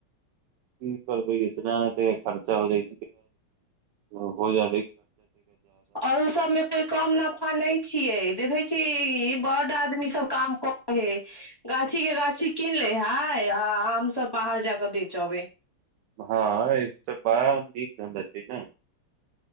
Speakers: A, on the right (about 85°); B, on the left (about 25°).
A: क इतना नहि त खर्चा हो जाइ हो जाै
B: र ओ सबमे कोइ कम नफा नहि छियै देखै ा बड आदमी सब काम करै हे गाछी के गाछी कीन ले हे आ हमसभ बाहर जााकऽ बेचबै
A: हँ एक सब बड़ा नीक धधा छै ने